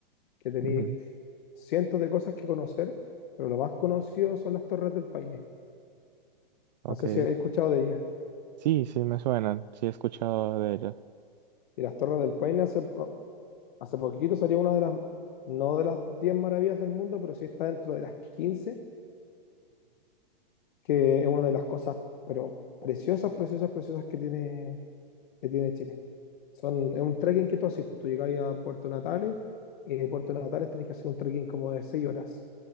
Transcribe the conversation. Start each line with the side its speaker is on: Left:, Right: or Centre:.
Left: que tenéis
Right: Ujú,
Left: pf, cientos de cosas que conocer, pero lo más conocido son las Torres del Paine.
Right: Ok.
Left: No sé si habéis escuchado de ellas.
Right: Sí, sí, me suenan. Sí, he escuchado de ellas.
Left: Y las Torres del Paine hace, po- hace poquito salió una de las, no de las 10 maravillas del mundo, pero sí está dentro de las quince que es una de las cosas, pero preciosas, preciosas, preciosas que tiene, que tiene Chile. Son, es un trekking que tú haces, pues tú llegás a Puerto Natales y de Puerto Natales tenés que hacer un trekking como de 6 horas